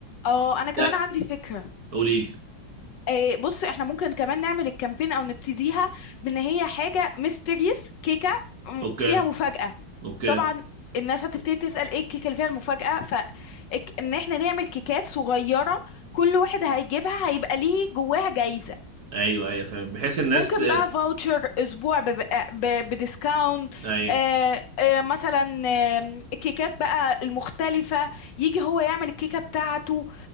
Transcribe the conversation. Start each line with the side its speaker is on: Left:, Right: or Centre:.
Left: اه انا كمان
Right: ده
Left: عندي فكرة
Right: قولي لي
Left: آه، بص احنا ممكن كمان نعمل الكامبين او نبتديها بان هي حاجة ميستيريس كيكة م-
Right: أوكي
Left: فيها مفاجأة
Right: أوكي
Left: طبعا الناس هتبتدي تسأل ايه الكيكة اللي فيها المفاجأة فان احنا نعمل كيكات صغيرة كل واحد هيجيبها هيبقى ليه جواها جايزة
Right: أيوه أيوه فاهم بحيث الناس
Left: ممكن
Right: ت...
Left: بقى فاوتشر اسبوع بب- ب- بديسكاونت
Right: أيوه
Left: آه آه مثلا آه الكيكات بقى المختلفة يجي هو يعمل الكيكة بتاعته